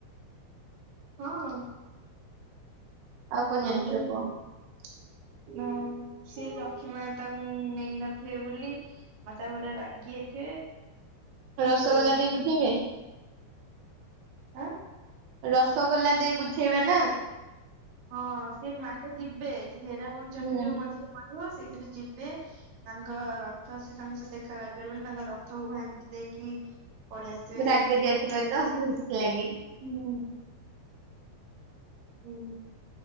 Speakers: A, on the right (about 60°); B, on the right (about 80°).
A: ହଁ
B: କଣ
A: ଆଉ
B: ଜାଣିଛ
A: ଯୋଉ
B: <inaudible>
A: ହଁ ସେ ଲକ୍ଷ୍ମୀ ମାତାଙ୍କୁ ନେଇନଥିବେ ବୋଲି <unintelligible> ରାଗି ଯାଇଥିବେ
B: ରସଗୋଲା
A: ଯୋଉ
B: ଦେଇ ବୁଝେଇବେ,
A: ଆଁ!
B: ରସଗୋଲା ଦେଇ ବୁଝେଇବା ନା।
A: ହଁ ସେ ମାତା ଯିବେ, ଯେ ହେରା ପଞ୍ଚମୀ
B: ହୁଁ।
A: ଯୋଉ ମଝିରେ ପଡିବ ସେଇଥିରେ ଯିବେ ତାଙ୍କ ରଥ ସେ ତାଙ୍କ ସହ ଦେଖା କରିପାରିବେନି ତାଙ୍କ ରଥକୁ ଭାଙ୍ଗି ଦେଇକି ପଳେଇ ଆସିବେ
B: ରାଗି
A: ସକାଳୁ
B: ଯାଇଥିବେ ତ ସେଥିଲାଗି
A: ହୁଁ। ହୁଁ।